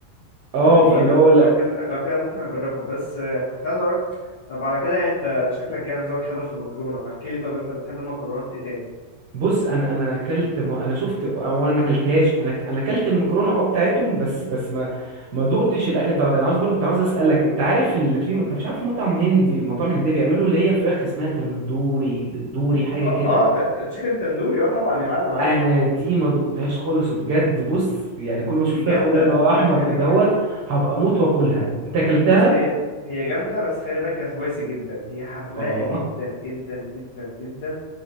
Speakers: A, on the right; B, on the left.
A: اه
B: يعني
A: فاللي
B: لو
A: هو
B: لو كده لو كده ممكن اجربها بس آه، كنت عايز اقولك طب على كده يعني انت شكلك يعني ذوقك حلو في المكرونه احكي لي طب انت بتحب المكرونات ايه تاني
A: بص انا انا اكلت م... انا شفت او انا ما اكلتهاش انا ك- انا اكلت المكرونه اه بتاعتهم بس بس ما ما دقتش الاكل بتاعتها انا عاوز برضو كنت عاوز اسالك انت عارف اللي في انت مش عارف مطعم هندي مطاعم هنديه بيعملوا اللي هي فراخ اسمها تندوري د- دوري حاجه
B: اه
A: كده
B: اه ت- تشيكن تندوري اه طبعا يا معلم عارفها
A: انا دي ما دقتهاش خالص وبجد بص يعني كل ما اشوف
B: دي
A: فراخ
B: جامده
A: ولا انا
B: لا
A: احمر
B: خلي
A: كده
B: بالك
A: اهوت هبقى اموت واكلها انت اكلتها
B: بص هي هي جامدة بس خلي بالك هي سبايسي جدا هي حراقة
A: اه
B: جدا جدا جدا جدا